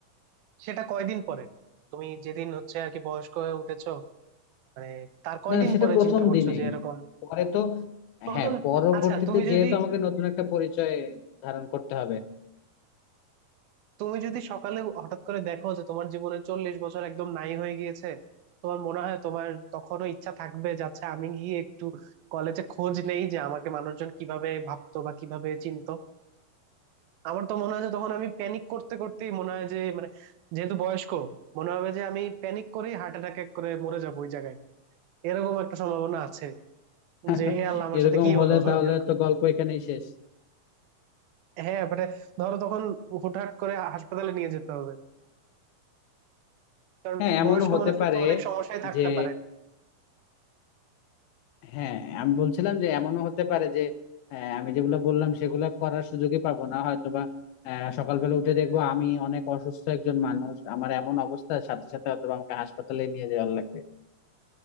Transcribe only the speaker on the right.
সেটা কয়দিন পরে তুমি যেদিন হচ্ছে আর কি বয়স্ক হয়ে উঠেছো মানে তার কয়দিন
পরে
চিন্তা করছো
যে এরকম
প্রথম
আচ্ছা তুমি
যদি
তুমি যদি সকালে হঠাৎ করে দেখো যে তোমার জীবনের চল্লিশ বছর একদম নাই হয়ে গিয়েছে তোমার মনে হয় তোমার তখনও ইচ্ছা থাকবে যাচ্ছে আমি গিয়ে একটু কলেজে খোঁজ নেই যে আমাকে মানুষজন কিভাবে ভাবতো বা কিভাবে চিনতো আমার তো মনে হয় যে তখন আমি প্যানিক করতে করতেই মনে হয় যে মানে যেহেতু বয়স্ক মনে হবে যে আমি প্যানিক করেই হার্ট অ্যাটাক করে মরে যাবো ওই জায়গায় এরকম একটা সম্ভাবনা আছে
যে এ আল্লাহ আমার
সাথে কি
হলো <laughs>
এরকম
হ্যাঁ মানে ধরো তখন হুটহাট করে হাসপাতালে নিয়ে যেতে হবে কারণ
বয়স্ক
মানুষের
তো অনেক সমস্যাই থাকতে
পারে